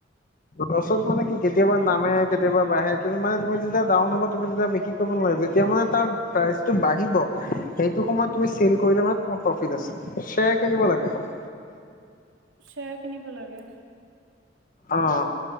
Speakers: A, on the left; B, on the right.
A: ৰছত মানে কি কেতিয়াবা নামে কেতিয়াবা বাঢ়ে কিন্তু মানে তুমি যেতিয়া ডাওন হব তুমি তেতিয়া বিক্ৰী কৰিব নালাগে যে তিয়া মানে তাৰ প্ৰাইচটো বাঢ়িব সেইটো সময়ত
B: উম
A: তুমি চেল কৰিলে মানে তোমাৰ প্ৰফিট আছে। শ্বেয়াৰ কিনিব লাগে খালি।
B: শ্বেয়াৰ কিনিব লাগে?
A: অ'।